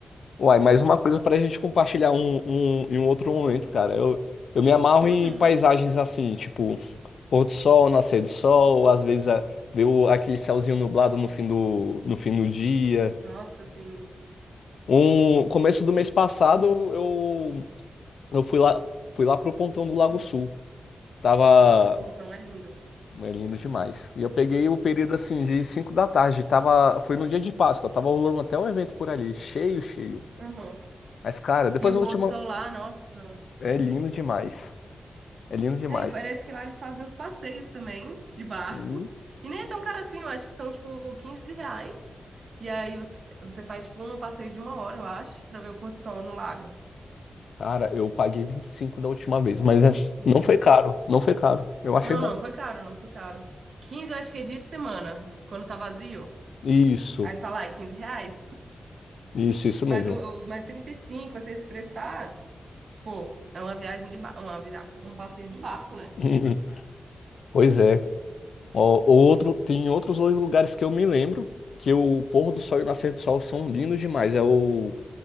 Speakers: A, on the left; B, on the right.
A: Uai, mais uma coisa pra gente compartilhar um, um- em um outro momento, cara. Eu, eu me amarro
B: Uhum.
A: em paisagens assim, tipo pôr do sol, nascer do sol, às vezes a- ver o- aquele céuzinho nublado no fim do, no fim do dia.
B: Nossa, assim.
A: Um começo do mês passado
B: uhum,
A: eu eu fui lá fui lá pro Pontão do Lago
B: uhum.
A: Sul. Tava
B: Nossa, o pontão é lindo.
A: é lindo demais. E eu peguei o período assim de 5 da tarde, tava foi no dia de Páscoa, tava rolando até um evento por ali, cheio, cheio.
B: Uhum.
A: Mas cara, depois
B: E o
A: eu vou
B: pôr
A: te
B: do
A: mandar.
B: sol lá, nossa.
A: É lindo demais. É lindo demais.
B: É, e parece que lá eles fazem uns passeios também, de barco.
A: Sim.
B: E nem é tão caro assim, eu acho que são tipo 15 reais. E aí você, você faz tipo um passeio de uma hora, eu acho, pra ver o pôr do sol no lago.
A: Cara, eu paguei 25 da última vez, mas é,
B: 25.
A: não foi caro, não foi caro. Eu achei
B: Não,
A: bom.
B: não, foi caro, não foi caro. 15, eu acho que é dia de semana, quando tá vazio.
A: Isso,
B: Aí você fala, ai, 15 reais.
A: isso, isso mesmo.
B: Mas, eu, eu, mas 35, assim, se prestar, pô, é uma viagem de barco, uma, via- um passeio de barco, né?
A: <laughs> Pois é, Ó, outro, tem outros dois lugares que eu me lembro que o pôr do sol e o nascer do sol são lindos demais. É o